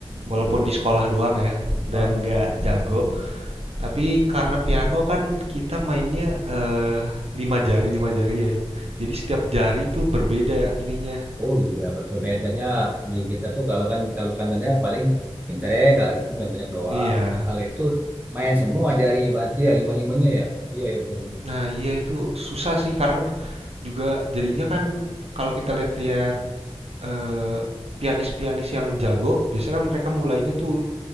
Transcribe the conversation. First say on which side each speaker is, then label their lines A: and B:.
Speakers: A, on the right (about 80°); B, on the right (about 15°).
A: walaupun di sekolah doang ya dan
B: Oh,
A: nggak jago. Tapi karena piano kan kita mainnya eh lima jari lima jari ya. Jadi setiap jari tuh berbeda ininya.
B: oh iya betul bedanya di gitar tuh kalau kan kalau kanannya paling genjreng kalau itu cuma genjreng doang.
A: Iya.
B: Nah, kalau itu main semua jarinya berarti ya lima limanya ya. Iya ya betul betul.
A: Nah, iya itu susah sih karena juga jadinya kan kalau kita lihat-lihat eh, pianis-pianis yang jago, biasanya kan mereka mulainya tuh